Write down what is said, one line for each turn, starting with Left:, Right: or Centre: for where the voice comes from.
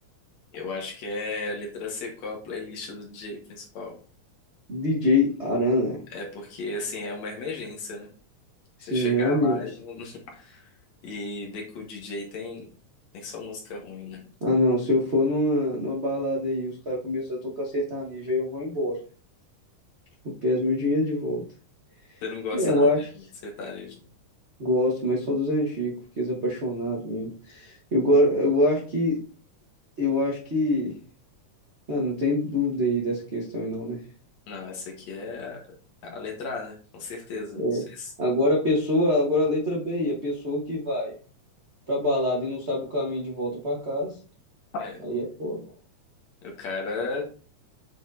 Left: eu acho que é letra C, qual a playlist do DJ principal?
Right: DJ Arana.
Left: É porque, assim, é uma emergência, né?
Right: Sim,
Left: Você chegar
Right: realmente.
Left: lá e, não- <laughs> e ver que o DJ tem, tem só música ruim, né? Então,
Right: Ah, não. Se eu for numa, numa balada aí, os caras começam a tocar sertanejo, aí eu vou embora. Eu peço meu dinheiro de volta.
Left: você não gosta,
Right: É, Eu
Left: não,
Right: acho
Left: de
Right: que
Left: sertanejo? né?
Right: gosto, mas só dos antigos, porque é apaixonado mesmo. Eu, go- eu acho que Eu acho que. Ah, não tem dúvida aí dessa questão, aí não, né?
Left: Não, essa aqui é a a letra A, né? Com certeza.
Right: É.
Left: Não sei se...
Right: Agora a pessoa, agora a letra B, a pessoa que vai pra balada e não sabe o caminho de volta pra casa,
Left: É,
Right: aí é foda.
Left: o cara